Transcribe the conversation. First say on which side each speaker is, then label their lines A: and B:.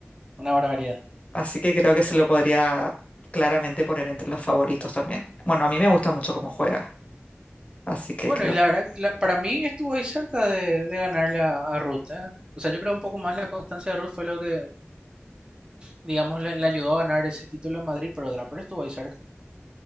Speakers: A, on the right (about 20°); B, on the left (about 30°).
A: una barbaridad.
B: Así que creo que se lo podría claramente poner entre los favoritos también. Bueno, a mí me gusta mucho cómo juega, así que
A: Bueno,
B: creo
A: y la
B: que...
A: verdad, la- para mí estuvo ahí cerca de, de ganarle a, a Ruth, ¿eh? O sea, yo creo un poco más la constancia de Ruth fue lo que, digamos, le, le ayudó a ganar ese título en Madrid, pero otra, pero estuvo ahí cerca.